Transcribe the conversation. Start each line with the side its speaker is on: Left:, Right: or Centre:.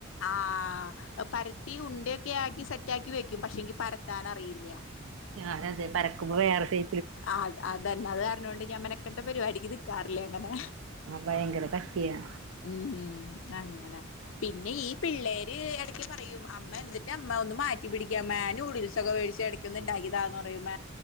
Left: ആഹ് പരത്തി ഉണ്ടയൊക്കെ ആക്കി സെറ്റാക്കി വെക്കും. പക്ഷെ എനിക്ക് പരത്താൻ അറിയില്യ.
Right: അതെ അതെ പരക്കുമ്പോ വേറെ സൈ
Left: ആഹ് അതന്നെ അത് കാരണം കൊണ്ട് ഞാ മേനെക്കട്ട പരിപാടിക്ക് നിക്കാറില്യ ങ്ങനെ
Right: ഭയങ്കരകട്ടിയാ
Left: ഉം ഉം അങ്ങനെ പിന്നെ ഈ പിള്ളേര് ഇടയ്ക്ക് പറയും അമ്മ എന്നിട്ട് അമ്മ ഒന്ന് മാറ്റി പിടിക്ക അമ്മേ നൂഡിൽസിഒക്കെ മേടിച്ച് എടക്ക് ഒന്ന്ണ്ടാക്കിതാന്ന്പറ പറയ്പ